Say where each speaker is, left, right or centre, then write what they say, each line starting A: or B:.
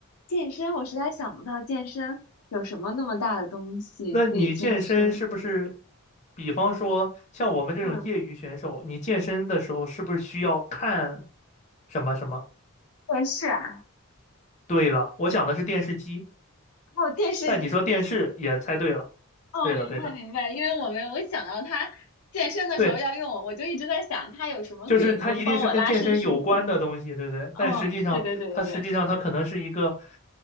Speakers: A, on the left (about 75°); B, on the left (about 30°).
A: 健身，我实在想不到健身有什么那么大的东西可以健身。
B: 那你健身是不是，比方说像我们这种业余选手，
A: 嗯，
B: 你健身的时候是不是需要看什么什么？
A: 电视啊，
B: 对了，我想的是电视机，
A: 还有电视机。
B: 但你说电视也猜对了。
A: 哦，
B: 对的，
A: 明白明白，
B: 对的，
A: 因为我没有，我想到他健身的时候要用，
B: 对，
A: 我就一直在想他有什么可以能帮我拉伸身体。
B: 就是它一定是跟健身有关的东西，对不对？
A: 哦，
B: 但实际上，
A: 对对对对对，
B: 它实际上它可能是一个，